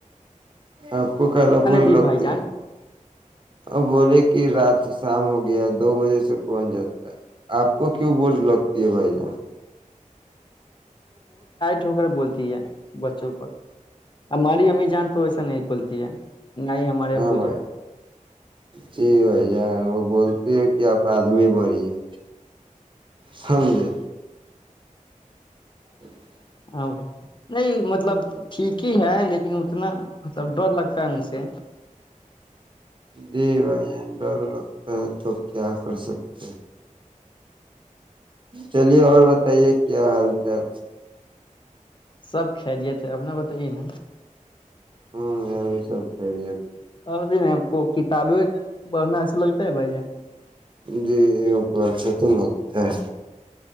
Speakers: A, on the right; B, on the left.
A: آپ کو کلا بری
B: دی
A: لگتی
B: بھائی جان
A: ہے اور بولے کہ رات شام ہو گیا دو بجے سے کون جاتا ہے آپ کو کیوں بوجھ لگتی ہے بھائی جان
B: بول ہے بچوں پر ہم ہماری امی جان تو و نہیں بولتی ہے نہ ہی ہمارے یہاں
A: ہاں
B: پوجا
A: بھائی جی بھائی ج وہ بول پ کی اپردمی بنی ہے سمج لے ج <inaudible>
B: ہاں بھائی نہیں مطلب ٹھیک ہی ہے لیکن اتنا مطلب ڈر لگتا ہے ان سے
A: جی بھائی جان ڈر لگتا ہے تو کیا کر سکتے چلیے اور بتائیے کیا حال چال
B: سب کھ لیے تھے اپنا بتائیے ن
A: ہاں ا بھی سب کریت
B: اب ہم کو کتابیں پڑھنا اچھا لگتا ہے بھائی یہ
A: جی کو اچھا تو لگتا ہے